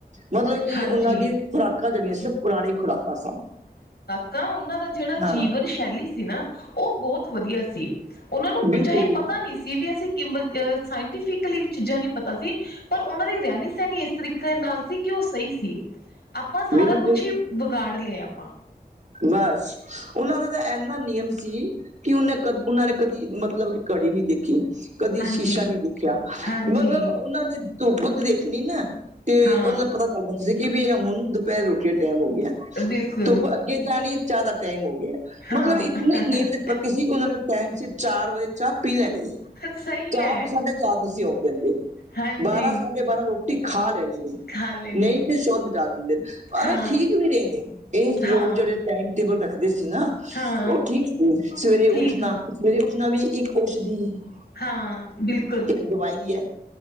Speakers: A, on the right; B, on the left.
A: ਮਤਲਬ ਕਿ
B: ਹਾਂਜੀ
A: ਉਹਨਾਂ ਦੀ ਖੁਰਾਕਾਂ ਜਿਹੜੀਆਂ ਸੀ, ਪੁਰਾਣੀ ਖੁਰਾਕਾਂ ਸਨ।
B: ਨਾ ਉਹਨਾਂ ਦਾ ਜਿਹੜਾ
A: ਹਾਂ
B: ਜੀਵਨ ਸ਼ੈਲੀ ਸੀ ਨਾ ਉਹ ਬਹੁਤ ਵਧੀਆ ਸੀ, ਉਹਨਾਂ ਨੂੰ
A: ਬਿਲਕੁਲ
B: ਚਾਹੇ
A: ਬਿਲਕੁਲ
B: ਪਤਾ ਨਹੀਂ ਸੀ ਬੀ ਐੱਸ ਕਿਬਤ ਸਾਇੰਟੀਫਿਕਲੀ ਚੀਜ਼ਾਂ ਨਹੀਂ ਪਤਾ ਸੀ ਪਰ ਉਹਨਾਂ ਦੀ ਰਹਿਣੀ-ਸਹਿਣੀ ਇਸ ਤਰੀਕੇ ਨਾਲ ਸੀ ਕਿ ਓ ਸਹੀ ਸੀ, ਆਪਾਂ ਸਾਰਾ
A: ਬਿਲਕੁਲ
B: ਕੁਛ ਹੀ ਵਿਗਾੜ ਲਿਆ ਆਪਾਂ।
A: ਬਸ ਉਨਾਂ ਦਾ ਤਾਂ ਐਨਾ ਨਿਯਮ ਸੀ ਕਿ ਉਹਨੇ ਕ ਉਹਨਾਂ ਨੇ ਕਦੀ ਮਤਲਬ ਘੜੀ ਨਹੀਂ ਦੇਖੀ, ਕਦੀ
B: ਹਾਂਜੀ
A: ਸ਼ੀਸ਼ਾ ਨੀ ਦੇਖਿਆ,
B: ਹਾਂਜੀ
A: ਮਤਲਬ ਉਨਾਂ ਨੇ ਧੁੱਪ ਦੇਖਣੀ ਨਾ ਤੇ
B: ਹਾਂ
A: ਉਹਨਾਂ ਨੂੰ ਪਤਾ ਚੱਲ ਜਾਂਦਾ ਸੀ ਕਿ ਵੀ ਹੁਣ ਦੁਪਹਿਰੇ ਰੋਟੀ ਦਾ ਟੈਮ ਹੋ ਗਿਆ।
B: ਬਿਲਕੁਲ।
A: ਧੁੱਪ ਅੱਗੇ ਜਾਣੀ ਚਾਹ ਦਾ ਟਾਈਮ ਹੋ ਗਿਆ,
B: ਹਾਂ
A: ਮਤਲਬ ਇਤਨੇ ਨਿਯਮ ਦੇ ਪੱਕੇ ਸੀ ਉਹਨਾਂ ਨੂੰ ਟਾਈਮ ਚ ਚਾਰ ਵਜੇ ਚਾਹ ਪੀ ਲੈਣੀ ਐ,
B: ਸਹੀ
A: ਚਾਰ
B: ਹੈ
A: ਤੋਂ ਸਾਢੇ ਚਾਰ ਨਹੀਂ ਸੀ ਹੋਣ ਦਿੰਦੇ।
B: ਹਾਂਜੀ
A: ਬਾਰਾਂ-ਸਾਢੇ ਬਾਰਾਂ ਰੋਟੀ ਖਾ ਲੈਣੀ ਐ।
B: ਖਾ ਲੈਣੀ
A: ਨਹੀਂ ਤੇ ਸ਼ੋਰ ਮਚਾ ਦਿੰਦੇ, ਪਰ
B: ਹਾਂ
A: ਇਹ ਠੀਕ ਵੀ ਰਹੇ ਨੇ, ਇਹ ਲੋਕ
B: ਹਾਂ
A: ਜਿਹੜੇ ਟਾਈਮ ਟੇਬਲ ਰੱਖਦੇ ਸੀ ਨਾ,
B: ਹਾਂ
A: ਉਹ ਠੀਕ ਸੀ, ਸਵੇਰੇ
B: ਠੀਕ
A: ਉੱਠਣਾ ਸਵੇਰੇ ਉੱਠਣਾ ਵੀ ਇੱਕ ਔਸ਼ਦੀ ਐ।
B: ਹਾਂ, ਬਿਲਕੁਲ।
A: ਦਵਾਈ ਐ।